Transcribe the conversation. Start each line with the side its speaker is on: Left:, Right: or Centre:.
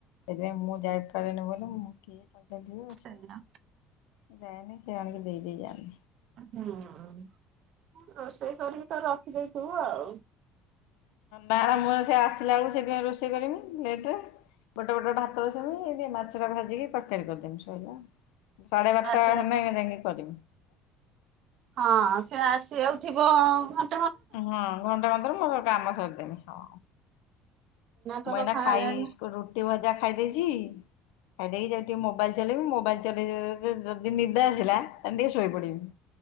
Left: ସେଇଥିପାଇଁ ମୁଁ ଯାଇପାରେନି ବୋଲି ମୁଁ କିଏ ଖାଲି ତ ଯିବ ଆସିବ
Right: ସେଇଆ
Left: ମୁଁ ଯାଏନି ସେ ଆଣକିରି ଦେଇ ଦେଇ ଯାନ୍
Right: ହୁଁ ତୁ ତ ରୋଷେଇ କରିକି ତ ରଖିଦେଇଥିବୁ ଆଉ।
Left: ନାହାଁ ନା ମୁଁ ସେ ଆସିଲା ବେଳୁକୁ ସେଥିପାଇଁ ରୋଷେଇ କରମି ଲେଟେରେ। ଗୋଟେ ପଟେରେ ଭାତ ବସେଇମି ଟିକେ ମାଛଟା ଭାଜିକି ତରକାରୀ କରିଦେମି ସଇଲା ଆଉ। ସାଢେ ବାରଟା
Right: ଆସିବ
Left: ହେନେ ଯାଇଁକି କରିମି।
Right: ହଁ ସେ ଆସିଆକୁ ଥିବ ଘନ୍
Left: ହଁ ଘଣ୍ଟେ କନ୍ଦର ମୋର କାମ ସାରିଦେମି ହଁ।
Right: ତୋର
Left: ମୁଁ ଏଇନା
Right: ଖାଇଦେଲେ
Left: ଖାଇକୁ ରୁଟି ଭଜା ଖାଇଦେଇଛି ଖାଇଦେଇକି ଯାଉଚି ଟିକେ ମୋବାଇଲ୍ ଚଲେଇମି ମୋବାଇଲ୍ ଚେଲେଇ <unintelligible> ଯଦି ନିଦ ଆସିଲା ତାହେନେ ଟିକେ ଶୋଇ ପଡିମି।